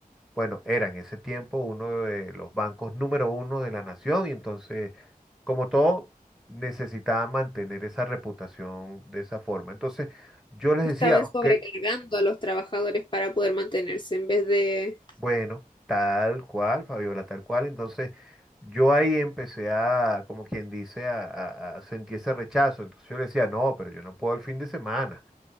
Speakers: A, in the centre; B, on the left (about 30°).
A: bueno, era en ese tiempo uno de los bancos número uno de la nación y entonces, como todo, necesitaba mantener esa reputación de esa forma. Entonces, yo les
B: Estaban
A: decía, ok,
B: sobrecargando a los trabajadores para poder mantenerse en vez de...
A: bueno, tal cual, Fabiola, tal cual. Entonces, yo ahí empecé a, como quien dice, a, a- a sentir ese rechazo. Entonces yo le decía, no, pero yo no puedo el fin de semana.